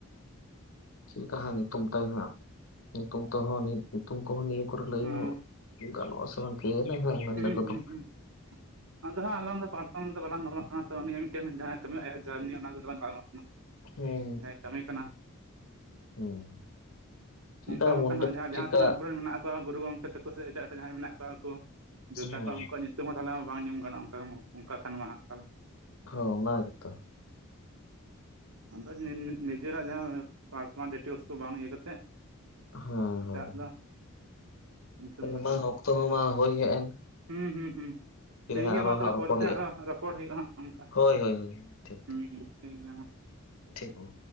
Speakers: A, on the left; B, on the right.
A: ᱪᱮᱫ ᱞᱮᱠᱟ ᱦᱟᱸᱜ ᱧᱩᱛᱩᱢ ᱛᱟᱭ ᱦᱟᱸᱜ ᱧᱩᱛᱩᱢ ᱛᱮᱦᱚᱸ ᱧᱩᱛᱩᱢ ᱠᱚᱦᱚᱸ ᱱᱤᱭᱟᱹ ᱠᱚᱨᱮ ᱞᱟᱹᱭ
B: ᱦᱩᱸ
A: ᱦᱚᱸ ᱜᱟᱱᱚᱜ ᱟᱥᱮ ᱵᱟᱝ ᱠᱮ ᱡᱟᱱᱮ ᱦᱮᱸᱜ ᱢᱮᱱ
B: ᱦᱩᱸ
A: ᱫᱟᱠᱚ ᱛᱚᱼᱼ
B: ᱦᱩᱸ ᱟᱫᱚ ᱦᱟᱸᱜ ᱟᱞᱟᱝ ᱫᱚ ᱯᱟᱨᱥᱚᱱᱟᱞ ᱫᱚ ᱵᱟᱞᱟᱝ ᱜᱟᱞᱢᱟᱨᱟᱜ ᱠᱟᱱᱟ ᱛᱚ ᱱᱤᱭᱟᱹ ᱢᱤᱫᱴᱮᱱ ᱡᱟᱦᱟᱸ ᱠᱟᱹᱢᱤ ᱟᱭᱟᱜ ᱡᱟᱨᱱᱤ ᱚᱱᱟ ᱫᱚᱞᱟᱝ ᱜᱟᱞᱢᱟᱨᱟᱜ ᱠᱟᱱᱟ᱾
A: ᱦᱩᱸ
B: ᱡᱟᱦᱟᱸᱭ ᱠᱟᱹᱢᱤ ᱠᱟᱱᱟ
A: ᱦᱩᱸ
B: <inaudible>
A: ᱪᱮᱫᱠᱟ
B: ᱚᱱᱠᱟ ᱵᱟᱠᱷᱟᱱ
A: ᱢᱩᱱᱰᱟᱹ
B: ᱦᱟᱸᱜ ᱡᱟᱦᱟᱸ ᱡᱟᱦᱟᱸᱛᱤᱱᱟᱹᱜ
A: ᱪᱮᱫᱠᱟ
B: ᱟᱵᱚᱨᱮᱱ ᱢᱮᱱᱟᱜ ᱼᱼ ᱜᱩᱨᱩ ᱜᱚᱢᱠᱮ ᱛᱟᱠᱚ ᱥᱮ ᱮᱴᱟᱜ ᱮᱴᱟᱜ ᱡᱟᱦᱟᱸᱭ ᱢᱮᱱᱟᱜ ᱠᱚᱣᱟ ᱩᱱᱠᱩ ᱡᱳᱫᱽᱫᱷᱟ
A: ᱦᱩᱸ
B: ᱠᱚᱣᱟᱜ ᱩᱱᱠᱩᱣᱟᱜ ᱧᱩᱛᱩᱢ ᱦᱚᱸᱼᱼ ᱛᱟᱞᱦᱮᱢᱟ ᱵᱟᱝ ᱧᱩᱢ ᱜᱟᱱᱚᱜ ᱚᱱᱠᱟ ᱚᱱᱠᱟ ᱠᱷᱟᱱ ᱢᱟ ᱦᱟᱸᱜ ᱛᱟᱞᱦᱮ᱾
A: ᱦᱚᱸ, ᱚᱱᱟ ᱜᱮᱛᱚ᱾
B: ᱟᱫᱚ ᱱᱤ ᱱᱤᱡᱮᱨᱟᱜ ᱡᱟᱦᱟᱸ ᱯᱟᱨᱥᱚᱱᱟᱞ ᱰᱤᱴᱮᱞᱮᱥ ᱠᱚ ᱵᱟᱝ ᱤᱭᱟᱹ ᱠᱟᱛᱮᱫ
A: ᱦᱮᱸ
B: ᱮᱴᱟᱜ
A: ᱦᱳᱭ
B: ᱫᱚ ᱧᱩᱛᱩᱢ ᱫᱚ
A: ᱢᱟ
B: ᱜᱟᱱᱚᱜᱼᱟ
A: ᱚᱠᱛᱚ ᱦᱚᱸ ᱢᱟ ᱦᱩᱭ ᱦᱮᱡ ᱮᱱᱼᱼ
B: ᱦᱩᱸ ᱦᱩᱸ ᱦᱩᱸ
A: ᱛᱤᱨᱮ
B: ᱴᱷᱤᱠ
A: ᱦᱟᱸᱜ
B: ᱜᱮᱭᱟ
A: ᱟᱨᱚ
B: ᱢᱟ ᱛᱟᱦᱚᱞᱮ
A: ᱦᱟᱸᱜ ᱨᱚᱯᱚᱲ
B: ᱯᱚᱨᱮᱛᱮ
A: ᱦᱩᱭᱩᱜᱼᱟ
B: ᱦᱟᱸᱜ ᱨᱚᱯᱚᱲ ᱦᱩᱭᱩᱜᱼᱟ ᱦᱟᱸᱜ ᱚᱱᱠᱟ
A: <inaudible> ᱦᱳᱭ ᱦᱳᱭ ᱦᱳᱭ ᱴᱷᱤᱠ
B: ᱦᱩᱸ
A: ᱴᱷᱤᱠ᱾
B: ᱜᱮᱭᱟ ᱢᱟ
A: ᱴᱷᱤᱠ ᱩᱸ᱾